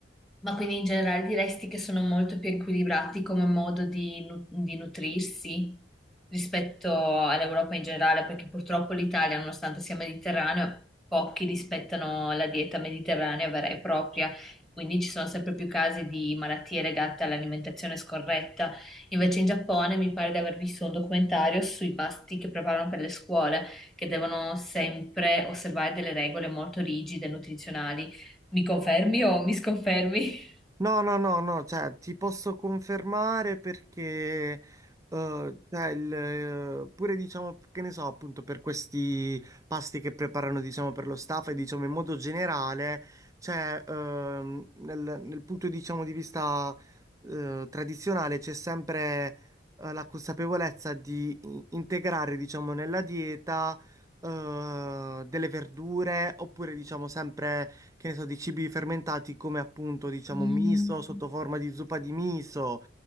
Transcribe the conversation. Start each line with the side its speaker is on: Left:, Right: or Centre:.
Centre: Ma quindi in generale diresti che sono molto più equilibrati come modo di, nu- di nutrirsi rispetto all'Europa in generale, perché purtroppo l'Italia, nonostante sia mediterraneo, pochi rispettano la dieta mediterranea vera e propria, quindi ci sono sempre più casi di malattie legate all'alimentazione scorretta. Invece in Giappone mi pare di aver visto un documentario sui pasti che preparano per le scuole, che devono sempre osservare delle regole molto rigide nutrizionali. Mi confermi o mi sconfermi?
Right: No, no, no, no, cioè ti posso confermare perché eh, cioè, il, eh, pure diciamo che ne so, appunto per questi pasti che preparano diciamo per lo staff e diciamo in modo generale, cioè ehm, nel, nel punto diciamo di vista eh, tradizionale c'è sempre eh, la consapevolezza di i- integrare diciamo nella dieta eh, delle verdure oppure diciamo sempre che ne so, di cibi fermentati come appunto, diciamo,
Centre: Mm.
Right: miso sotto forma di zuppa di miso